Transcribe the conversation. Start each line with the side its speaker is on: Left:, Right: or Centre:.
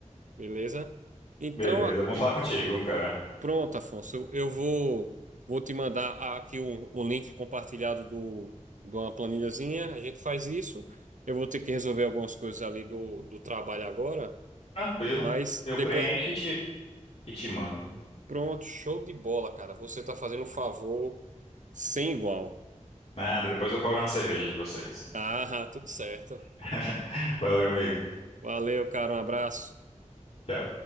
Right: beleza? Então,
Left: Beleza,
Right: a-
Left: bom
Right: e-
Left: falar contigo, cara.
Right: pronto, Afonso. Eu, eu vou, vou te mandar a- aqui o, o link compartilhado do, de uma planilhazinha. A gente faz isso. Eu vou ter que resolver algumas coisas ali do, do trabalho agora,
Left: Tranquilo.
Right: mas
Left: Eu
Right: depois.
Left: preencho e te, e te mando.
Right: Pronto, show de bola, cara. Você tá fazendo um favor sem igual.
Left: Nada, depois eu cobro uma cerveja de você.
Right: Ah, tudo certo.
Left: <laughs> Valeu, amigo.
Right: Valeu, cara. Um abraço.
Left: Tchau.